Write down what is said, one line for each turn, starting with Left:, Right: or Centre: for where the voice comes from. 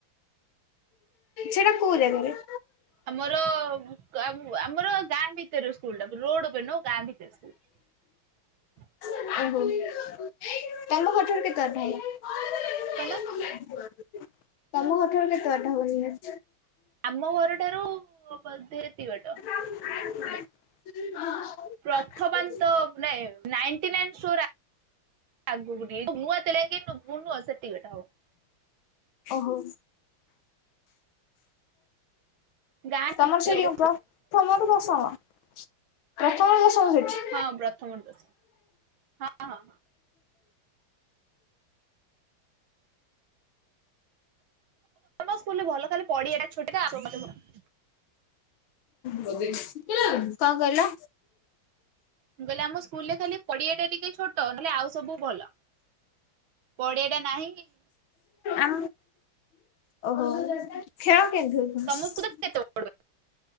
Left: ସେଟା କୋଉ ଜାଗାରେ?
Right: ଆମର ଆମର ଗାଁ ଭିତରେ ସ୍କୁଲ ଟା ରୋଡ ଉପରେ ନୁହଁ ଗାଁ ଭିତରେ ସ୍କୁଲ। <inaudible>
Left: ଓହୋ ତାଙ୍କ ଘର ଠାରୁ କେତେ ବାଟ ହବ?
Right: କଣ?
Left: ତମ ଘର ଠାରୁ କେତେବାଟ ହବ?
Right: ଆମ ଘରଠାରୁ ସେତିକି ବାଟ
Left: ଓହୋ
Right: ପ୍ରଥବାନ୍ତ ତ ନାଇଁ। ନାଇନଟି ନାଇନ ଷ୍ଟୋର ଆଗକୁ ହବ <unintelligible> ସେତିକି ବାଟ ହବ।
Left: ଓହୋ।
Right: ଗାଁ
Left: ତମର
Right: ଭିତରେ
Left: ସେଠି
Right: ଗଲେ
Left: ପ୍ରଥମରୁ ଦଶମ ପ୍ରଥମରୁ ଦଶମ ସେଇଠି?
Right: ହଁ ପ୍ରଥମ ରୁ ଦଶମ ହଁ ହଁ। ହଁ ସ୍କୁଲରେ ଭଲ ଖାଲି <unintelligible>
Left: କଣ କହିଲ?
Right: ମୁଁ କହିଲି ଆମ ସ୍କୁଲ ରେ ଖାଲି ପଡିଆ ଟା ଟିକେ ଛୋଟ ନହେଲେ ଆଉ ସବୁ ଭଲ। ପଡିଆଟା ନାହିଁ କି?
Left: ଆ ଓହୋ ଖେଳ କେମିତି ହୋଉଛି?
Right: ତମ ସ୍କୁଲ କେତେ ବଡ